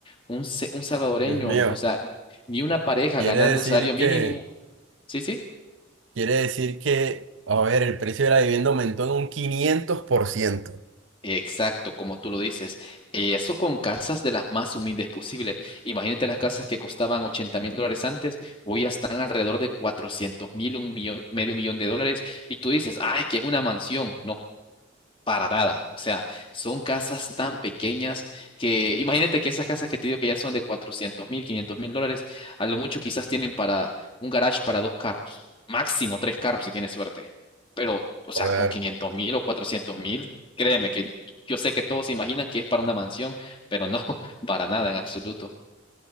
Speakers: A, on the left (about 25°); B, on the right (about 65°).
A: Un, se- un salvadoreño,
B: Dios mío,
A: o sea, ni una pareja
B: quiere
A: ganando
B: decir
A: el salario mínimo,
B: que...
A: sí, sí.
B: Quiere decir que, a ver, el precio de la vivienda aumentó en un 500%.
A: Exacto, como tú lo dices. Eh, Eso con casas de las más humildes posibles. Imagínate las casas que costaban ochenta mil dólares antes, hoy ya están alrededor de cuatrocientos mil, un millón, medio millón de dólares. Y tú dices, ah, es que es una mansión. No, para nada. O sea, son casas tan pequeñas que imagínate que esas casas que te digo que ya son de cuatrocientos mil, quinientos mil dólares, a lo mucho quizás tienen para un garage para dos carros, máximo tres carros si tienes suerte. Pero, o sea,
B: Joder,
A: con quinientos mil o cuatrocientos mil, créeme que yo sé que todos se imaginan que es para una mansión, pero no, <laughs> para nada en absoluto.